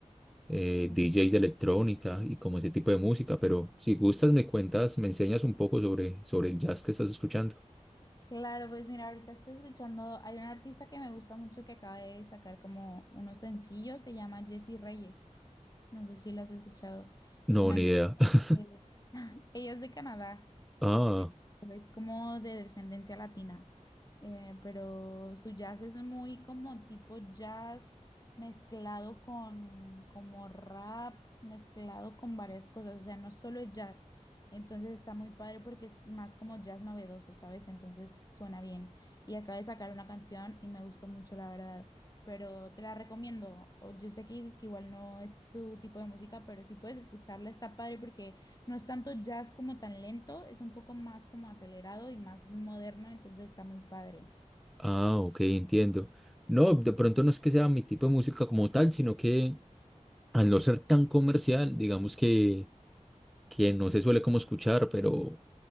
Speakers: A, in the centre; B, on the left.
A: eh,
B: mí.
A: DJs de electrónica y como ese tipo de música, pero si gustas me cuentas, me enseñas un poco sobre, sobre el jazz que estás escuchando.
B: Claro, pues mira, ahorita estoy escuchando, hay un artista que me gusta mucho que acaba de sacar como unos sencillos, se llama Jessie Reyes. No sé si lo has escuchado. Es
A: No,
B: una
A: ni idea. <laughs>
B: Eh, <laughs> Ella es de Canadá,
A: Ah,
B: este, es como de descendencia latina, eh, pero su jazz es muy como tipo jazz mezclado con como rap, mezclado con varias cosas, o sea, no solo es jazz, entonces está muy padre porque es más como jazz novedoso, ¿sabes? Entonces suena bien. Y acaba de sacar una canción y me gustó mucho, la verdad, pero te la recomiendo. O- Yo sé que dices que igual no es tu tipo de música, pero si puedes escucharla está padre porque... No es tanto jazz como tan lento, es un poco más como acelerado y más moderno, entonces está muy padre.
A: ah, ok, entiendo. No, de pronto no es que sea mi tipo de música como tal, sino que al no ser tan comercial, digamos que, que no se suele como escuchar, pero,